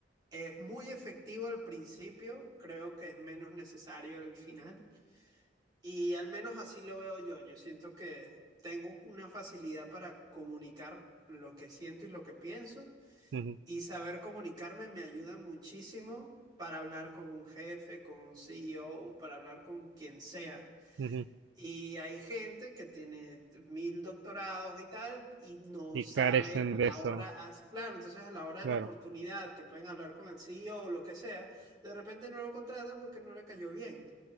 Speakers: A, on the right; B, on the right.
A: es muy efectivo al principio, creo que es menos necesario el final. Y al menos así lo veo yo. Yo siento que tengo una facilidad para comunicar lo que siento y lo que pienso.
B: Ujú,
A: Y saber comunicarme me ayuda muchísimo para hablar con un jefe, con un CEO, para hablar con quien sea.
B: ujú.
A: Y hay gente que tiene mil doctorados y tal y no
B: Y
A: sabe
B: carecen
A: a
B: de
A: la
B: eso,
A: hora, as- claro, entonces a la hora de
B: claro.
A: la oportunidad que pueden hablar con el CEO o o lo que sea, de repente no lo contratan porque no le cayó bien.